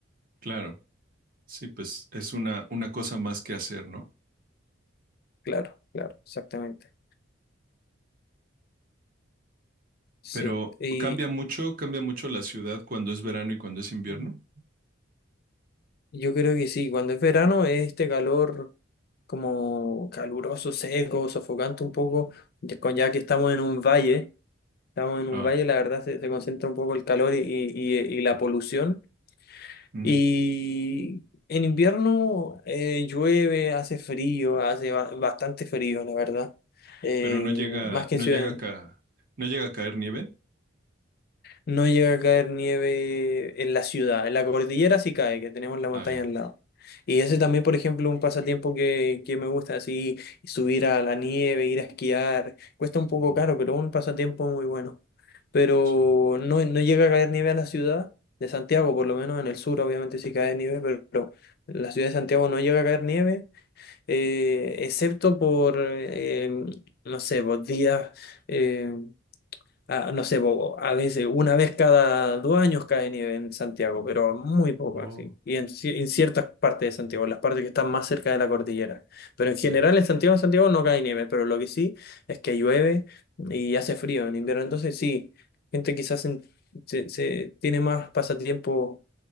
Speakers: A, on the right; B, on the left.
A: claro. Sí, pues es una, una cosa más que hacer, ¿no?
B: Claro, claro, exactamente. Sí,
A: Pero
B: y
A: cambia mucho, cambia mucho la ciudad cuando es verano y cuando es invierno.
B: yo creo que sí, cuando es verano es este calor como caluroso, seco, sofocante un poco, ya con- ya que estamos en un valle, estamos en un
A: Ah,
B: valle, la verdad se, se concentra un poco el calor y, y- y- y la polución.
A: mm.
B: Y en invierno eh, llueve, hace frío, hace ba- bastante frío, la verdad, Eh,
A: Pero no llega,
B: más que
A: no
B: en ciudad.
A: llega a ca- no llega a caer nieve.
B: No llega a caer nieve en la ciudad, en la cordillera sí cae, que tenemos la montaña
A: Ah, ya,
B: al lado. Y ese
A: ya.
B: también, por ejemplo, un pasatiempo que, que me gusta, así subir a la nieve, ir a esquiar. Cuesta un poco
A: Mm,
B: caro, pero un pasatiempo muy bueno. Pero
A: sí.
B: no, no llega a caer nieve a la ciudad de Santiago, por lo menos en el sur, obviamente sí cae nieve, pero, pero en la ciudad de Santiago no llega a caer nieve, eh, excepto por, eh, no sé, por días. eh, Ah, no sé, po, a veces una vez cada dos años cae nieve en Santiago, pero muy poco
A: Oh,
B: así. Y en, ci- en ciertas partes de Santiago, las partes que están más cerca de la cordillera. Pero en general
A: ya.
B: en Santiago, Santiago no cae nieve, pero lo que sí es que llueve y hace frío en invierno. Entonces sí, gente quizás en- se, se tiene más pasatiempo